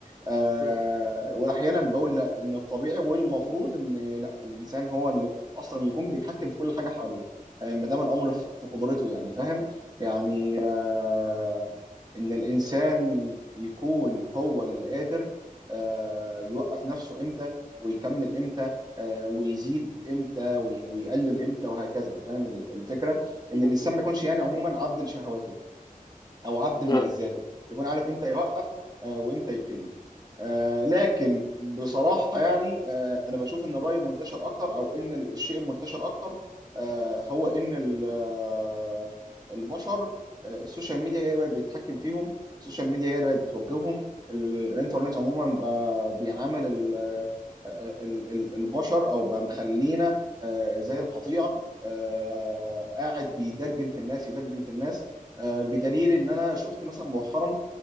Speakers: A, on the right (about 25°); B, on the left (about 30°).
A: آه
B: مم.
A: واحيانا بقول لا ان الطبيعي والمفروض ان لا الانسان هو اللي اصلا يكون بيتحكم في كل حاجه حواليه آه ما دام الامر في في قدرته يعني فاهم يعني آه ان الانسان يكون هو اللي قادر آه يوقف نفسه امتى ويكمل امتى آه ويزيد امتى وي- ويقلل امتى وهكذا فاهم ال- الفكره
B: مم.
A: ان الانسان
B: مم.
A: ما يكونش يعني عموما عبد لشهواته او عبد لملذاته
B: مم.
A: يكون عارف امتى يوقف آه، وامتى يبتدي آه، لكن بصراحه يعني آه، انا بشوف ان الراي المنتشر اكتر او ان الشيء المنتشر اكتر آه، هو ان ال- آه، البشر آه، السوشيال ميديا هي اللي بقت بتتحكم فيهم السوشيال ميديا هي اللي بقت بتوجههم ال- الانترنت عموما ب- بيعامل ال- آه، آه، ال- ال- البشر او بقى مخلينا آه، زي القطيع آه، قاعد بيدجن في الناس يدجن في الناس آه، بدليل ان انا شفت مثلا مؤخرا